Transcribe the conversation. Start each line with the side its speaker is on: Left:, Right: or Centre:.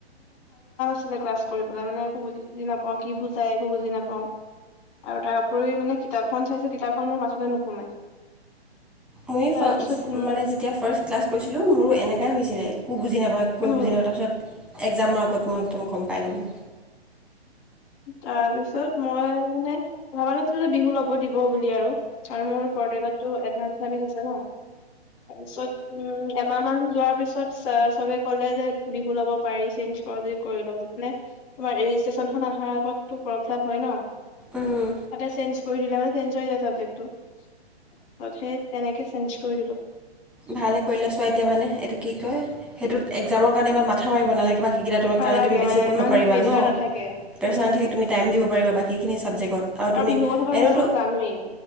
Left: ছিল ক্লাছ কৰি পেলাই মানে একো বুজি বুজি নাপাও কি বুজাই একো বুজি নাপাও আৰু তাৰ উপৰি মানে কিতাপখন চাইছো কিতাপখন মোৰ মাথতে নোসোমাই
Centre: মই
Left: তাৰপিছত উম
Centre: মানে যেতিয়া ফাৰ্ষ্ট ক্লাছ কৰিছিলোঁ মোৰো এনেকাই হৈছিলে কো বুজি নাপায় কৈ
Left: উম
Centre: বুজি নাপায় তাৰপিছত এক্জামৰ আগত মই একদম গম পাই গ'লোঁ
Left: তাৰ পিছত মই মানে ভাবা নাছিলো যে বিহু ল'ব দিব বুলি আৰু আৰু মোৰ পৰিয়ালতো এডভানস চি আছে ন তাৰপিছত উম এমাহ মান যোৱাৰ পিছত চবে ক'লে যে বিহু ল'ব পাৰি চেঞ্জ কৰ যদি কৰি লওঁ যদি মান তমাৰ অাৰ আগ্ হয় ন তাতে
Centre: উম,
Left: চ দে মানে চ য্ তেনেকে চ কৰি দো
Centre: ভালে কৰিলে চোৱা এতিয়া মানে এইটো কি কয় সেইটোত এক্জামৰ কাৰণে ইমান মাথা মাৰিব নালাগে ম সেইকেইটা তোম
Left: নালাগে
Centre: কাৰণে তুি বেছি
Left: মানে
Centre: পঢ়িব
Left: ইমান
Centre: পাৰা
Left: প্ৰেচাৰ
Centre: ন
Left: নাথাকে
Centre: প্ৰোৰন
Left: উম
Centre: থাকে তুমি টাইম দিব পাৰা বাকীখিনি ছাবজেক্টত তুমি
Left: আৰু বিহুৰ কথাটো
Centre: এনেওতো
Left: আি চব জানোৱেই